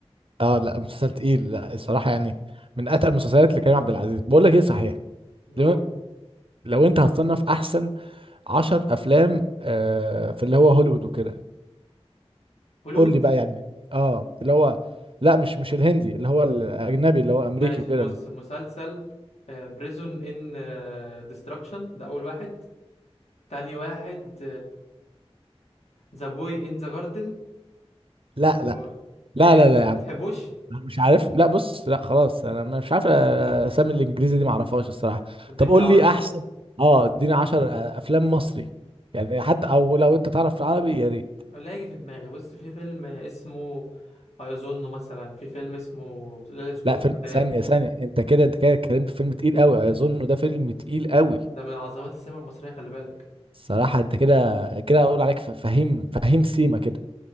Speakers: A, on the right (about 60°); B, on the left (about 85°).
A: اه لا مسلسل تقيل لا الصراحة يعني من اتقل المسلسلات لكريم عبد العزيز بقول لك ايه صحيح
B: هوليوود
A: لو, لو انت هتصنف احسن عشر افلام آه في اللي هو هوليوود وكده
B: هوليوود
A: قول لي بقى يعني اه اللي هو لا مش مش الهندي اللي هو الاجنبي اللي هو امريكي
B: ماشي
A: وكده
B: بص مسلسل بريزون ان ديستراكشن ده اول واحد تاني واحد ذا بوي ان ذا جاردن
A: لا
B: و...
A: لا لا
B: ايه
A: لا لا
B: ما بتحبوش
A: مش عارف لا بص لا خلاص انا مش عارف اسامي الانجليزي دي ما اعرفهاش الصراحه
B: اديك
A: طب قول
B: في العربي
A: لي احسن اه اديني 10 افلام مصري يعني حتى او لو انت تعرف في العربي يا ريت
B: ولا هيجي في دماغي بص في فيلم اسمه ايظنه مثلا في فيلم اسمه ليلة سقوط
A: لا
B: بغداد
A: فيلم ثانيه ثانيه انت كده انت كده اتكلمت في فيلم تقيل قوي اظن ده فيلم تقيل قوي
B: ده من عظمات السينما المصرية خلي بالك
A: الصراحه انت كده كده اقول عليك ف- فهيم فهيم سيما كده